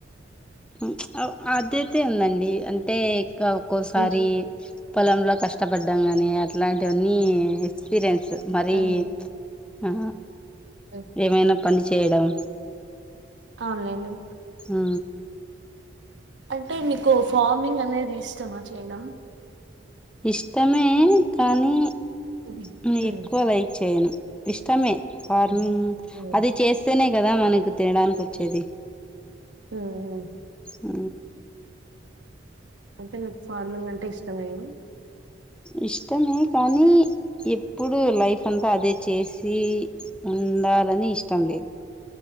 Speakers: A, in the centre; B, on the right.
A: ఉ ప్చ్ ఆ అదయితే ఉందండి అంటే ఇకా ఒక్కోసారి
B: ఉమ్
A: పొలంలో కష్టపడ్డాం కానీ అట్లాంటివన్నీ ఎక్స్పీరియన్స్ మరి
B: ఉమ్
A: ఆ
B: ఉమ్.
A: ఏమైనా పని చేయడం
B: ఆవును లెండి
A: ఊ
B: అంటే మీకు ఫార్మింగ్ అనేది ఇష్టమా చేయడం
A: ఇష్టమే కానీ
B: ఉమ్,
A: నేను
B: ఉమ్,
A: ఎక్కువ లైక్ చేయను ఇష్టమే ఫార్మింగ్
B: ఉమ్, ఉమ్,
A: అది చేస్తేనే కదా మనకి తినడానికి వచ్చేది
B: ఊ ఉ
A: ఊ
B: అంటే మీకు ఫార్మింగ్ అంటే ఇష్టం ఏ గా
A: ఇష్టమే కానీ ఎప్పుడు లైఫ్ అంతా అదే చేసి ఉండాలని ఇష్టం లేదు